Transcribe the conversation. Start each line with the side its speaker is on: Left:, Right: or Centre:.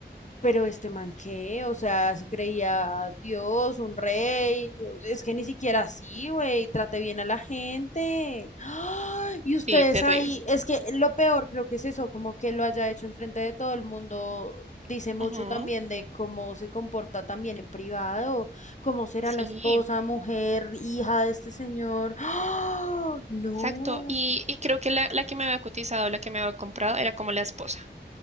Left: Pero este man qué, o sea, se creía Dios, un rey, es que ni siquiera así, güey, trate bien a la gente. ¡Ah! Y ustedes
Right: sí, terrible.
Left: ahí, es que lo peor creo que es eso, como que lo haya hecho enfrente de todo el mundo, dice mucho
Right: Ujú,
Left: también de cómo se comporta también en privado, cómo será
Right: Sí,
Left: la esposa, mujer, hija de este señor. ¡Ah! No,
Right: exacto. Y, y creo que la, la que me había cotizado, la que me había comprado, era como la esposa.